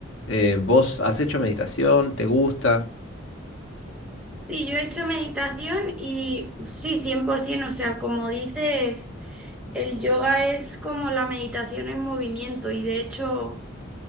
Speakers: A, on the left (about 70°); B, in the centre.
A: Eh, ¿vos has hecho meditación? ¿Te gusta?
B: Sí, yo he hecho meditación y sí, 100%, o sea, como dices, el yoga es como la meditación en movimiento y de hecho,